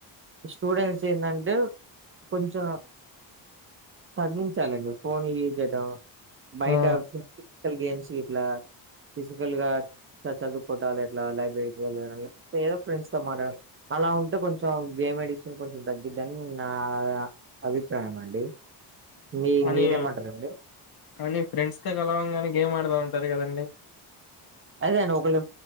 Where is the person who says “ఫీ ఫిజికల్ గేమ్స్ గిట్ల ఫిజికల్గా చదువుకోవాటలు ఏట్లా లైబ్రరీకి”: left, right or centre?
Right